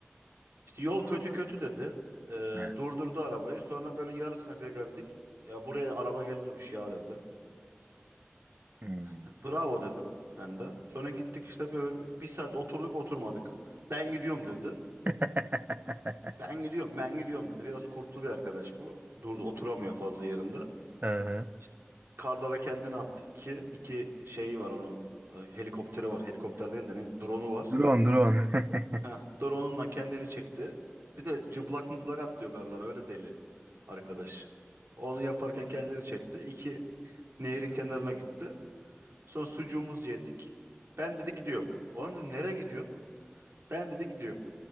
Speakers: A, on the right (about 70°); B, on the right (about 40°).
A: İşte yol kötü kötü dedi. Ee,
B: Ha,
A: durdurdu arabayı. Sonra böyle yarısına kadar geldik. Ya buraya araba gelirmiş ya dedi.
B: hmm.
A: <laughs> Bravo dedim ben de. Sonra gittik işte böyle bir saat oturduk oturmadık. Ben gidiyorum dedi.
B: <laughs>
A: Ben gidiyorum ben gidiyorum dedi. Biraz kurtlu bir arkadaş bu. Dur, oturamıyor fazla yerinde.
B: Aha.
A: İşte karlara kendini attı. İki, iki şey var onun. Ee, Helikopteri var. Helikopter değil de ne? Drone'u var.
B: Drone, drone. <laughs>
A: Heh, dur onunla kendini çekti. Bir de cıblak muplak atlıyor garlara öyle deli arkadaş. Onu yaparken kendini çekti. İki nehrin kenarına gitti. Sonra sucuğumuzu yedik. Ben dedi gidiyorum. Oğlum dedim nereye gidiyorsun? Ben dedi gidiyorum.